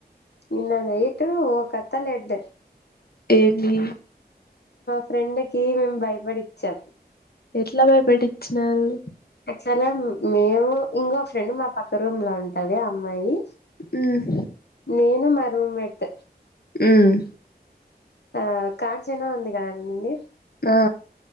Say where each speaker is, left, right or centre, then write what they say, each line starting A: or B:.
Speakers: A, on the left; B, on the left.
A: నిన్న నైట్ ఒకత్తాలెడ్
B: ఏందీ
A: ఫ్రెండకి మేం భయపడిచ్చం
B: ఎట్లా భయపెట్టిచ్చినారు
A: సరే మేము ఇంకో ఫ్రెండ్ మా పక్క రూమ్ లో ఉంటది అమ్మాయి
B: ఉమ్
A: నేను మా రూమ్మేట్
B: ఉమ్మ్
A: ఆ కాంచన ఉంది కదండి
B: ఆ